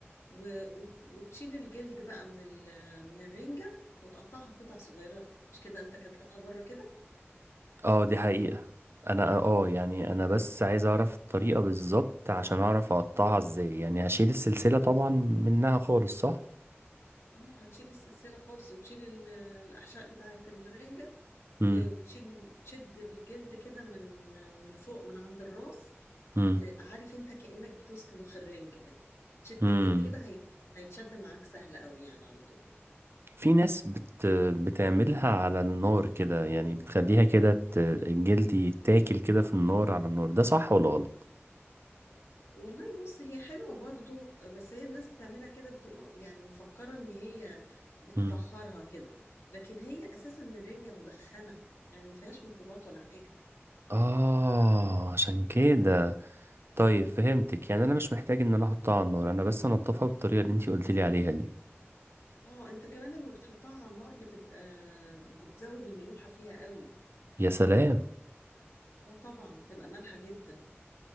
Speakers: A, on the left (about 85°); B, on the right (about 60°).
A: و... وت- وتشيل الجلد بقى من ال... من الرنجة وتقطعها قطع صغيرة مش كده انت كلتها بره كده
B: اه دي حقيقة انا اه يعني انا بس عايز اعرف الطريقة بالظبط عشان اعرف اقطعها ازاي يعني هشيل السلسلة طبعا منها خالص صح
A: اه هتشيل السلسلة خالص وتشيل ال... الأحشاء بتاعة الرنجة و...
B: امم
A: وتشيل تشد الجلد كده من من فوق من عند الراس
B: امم
A: ت- عارف انت كأنك بتسلخ الرنجة تشد
B: امم
A: الجلد كده هي... هيتشد معاك سهل قوي يعني على طول
B: في ناس بت... بتعملها على النار كده يعني بتخليها كده ت... الجلد يتاكل كده في النار على النار ده صح ولا غلط
A: والله بص هي حلوة برضو بس هي الناس بتعملها كده بتبقى يعني مفكرة ان هي بتطهرها
B: امم
A: كده لكن هي اساسا الرنجة مدخنة يعني ما فيهاش ميكروبات ولا حاجة
B: اه عشان كده طيب فهمتك يعني انا مش محتاج ان انا احطها على النار انا بس انضفها بالطريقة اللي انتي قلت لي عليها دي
A: اه انت كمان لما بتحطها على النار بتبقى بتزود الملوحة فيها قوي
B: يا سلام
A: اه طبعا بتبقى مالحة جدا